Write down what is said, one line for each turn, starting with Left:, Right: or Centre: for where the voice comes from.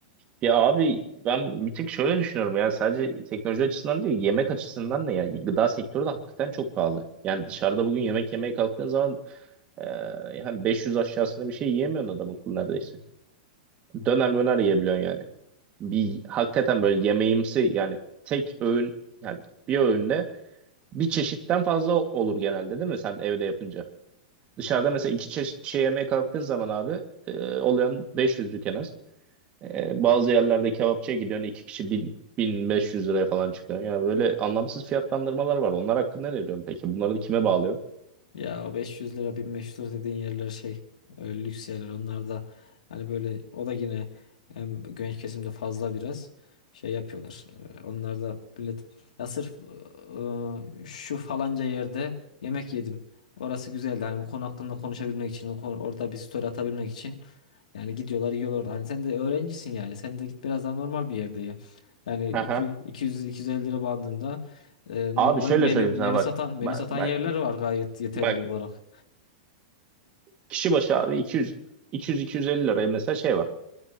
Right: Ya abi ben bir tek şöyle düşünüyorum ya sadece teknoloji açısından değil yemek açısından da ya gıda sektörü de hakikaten çok pahalı. Yani dışarıda bugün yemek yemeye kalktığın zaman e, yani 500 aşağısında bir şey yiyemiyorsun adam akıllı neredeyse. Döner möner yiyebiliyorsun yani. Bir hakikaten böyle yemeğimsi yani tek öğün yani bir öğünde bir çeşitten fazla olur genelde değil mi sen evde yapınca? Dışarıda mesela iki çeşit bir şey yemeye kalktığın zaman abi e, oluyor 500'lük en az. E, bazı yerlerde kebapçıya gidiyorsun iki kişi bin, 1500 liraya falan çıkıyor. Ya böyle anlamsız fiyatlandırmalar var. Onlar hakkında ne diyorsun peki? Bunları da kime bağlıyorsun?
Left: Ya o 500 lira 1500 lira dediğin yerler şey öyle lüks yerler onlar da hani böyle o da yine hem genç kesimde fazla biraz şey yapıyorlar. Ee, Onlar da millet ya sırf e, e, şu falanca yerde yemek yedim. Orası güzeldi. Hani bu konu hakkında konuşabilmek için o konu- orada bir story atabilmek için yani gidiyorlar yiyorlar orada. Hani sen de öğrencisin yani. Sen de git biraz daha normal bir yerde ya. Yani iki-
Right: Aha.
Left: 200 250 lira bandında e,
Right: Abi
Left: normal
Right: şöyle
Left: menü
Right: söyleyeyim
Left: menü
Right: sana bak.
Left: satan menü
Right: Bak,
Left: satan
Right: bak,
Left: yerler var gayet yeterli
Right: bak.
Left: olarak.
Right: kişi başı abi 200 200 250 liraya mesela şey var.